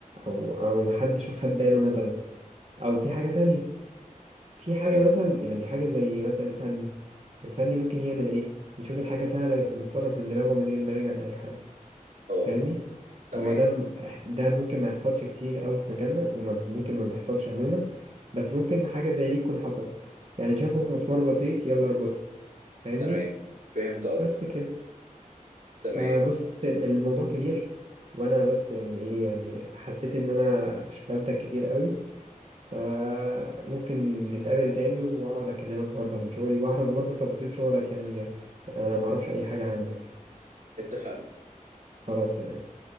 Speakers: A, on the right; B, on the right.
A: او او محدش خد باله مثلا او في حاجة تانية في حاجة
B: تمام
A: مثلا يعني حاجة زي مثلا الفني الفني ممكن يعمل ايه يشوف الحاجة سهلة يروح متصرف من دماغه من غير ما يرجع لأي حد
B: أه
A: فاهمني
B: تمام
A: هو ده م- إح- ده ممكن ما يحصلش كتير أوي في مجالنا وممكن ما بيحصلش عموما بس ممكن حاجة زي دي تكون حصلت يعني شافوا مسمار بسيط يلا اربطه فاهمني
B: تمام فهمت قصدك
A: بس كده
B: تمام
A: فبص ال- الموضوع كبير وانا بس يعني ايه يعني حسيت ان انا شغلتك كتير قوي فممكن نتقابل تاني واقعد اكلمك برضه عن شغلي واعرف برضه تفاصيل شغلك يعني يعني انا معرفش اي حاجة عندك
B: اتفقنا
A: خلاص تمام